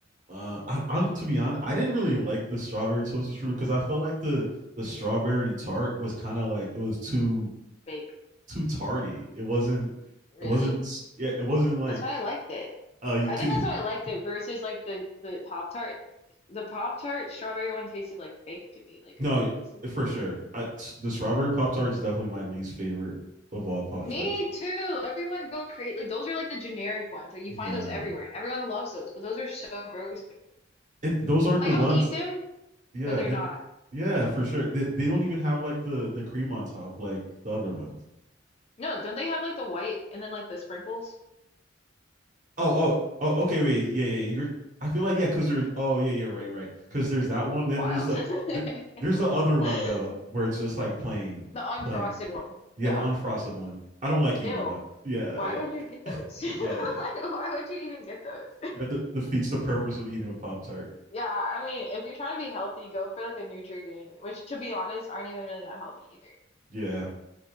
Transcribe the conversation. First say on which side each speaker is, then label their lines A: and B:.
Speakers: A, on the right; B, on the left.
A: Uh, I, I'm to be honest, I didn't really like the strawberry toaster strudel because I felt like the the strawberry tart was kind of like it was too
B: Bake,
A: too tardy. It wasn't
B: really.
A: it wasn't yeah it wasn't like
B: That's why I liked it.
A: uh you
B: I
A: could,
B: think that's why I liked
A: <laughs>
B: it versus like the the Pop Tart. The Pop Tart strawberry one tasted like fake to me. Like
A: no
B: it was like this is
A: for sure. I, the strawberry pop tart is definitely my least favorite of all pop
B: me
A: tarts.
B: too. Everyone go create like those are like the generic ones. Like you
A: Nah,
B: find those everywhere and everyone loves those, but those are so gross.
A: and those aren't
B: Like
A: the ones
B: I'll eat them,
A: yeah,
B: but they're
A: they,
B: not.
A: yeah, for sure. They, they don't even have like the the cream on top like the other ones.
B: No, don't they have like the white and then like the sprinkles?
A: Oh, oh, oh. Okay,
B: A
A: wait. Yeah, yeah. You're. I feel like yeah, because there's. Oh, yeah, yeah. Right, right. Because there's that one. Then
B: while.
A: there's the
B: <laughs>
A: there,
B: It's
A: there's
B: been
A: the
B: a while.
A: other one though,
B: <laughs>
A: where it's just like plain,
B: The unfrosted
A: plain.
B: one.
A: Yeah,
B: Yeah.
A: the unfrosted one. I don't like either
B: Ew.
A: though. Yeah,
B: Why
A: yeah,
B: would
A: <laughs>
B: you get those? <laughs>
A: yeah, yeah.
B: Like why would you even get those?
A: That de- defeats the purpose of eating a pop tart.
B: Yeah, I mean, if you're trying to be healthy, go for like a Nutrigrain, which to be honest, aren't even really that healthy either.
A: Yeah,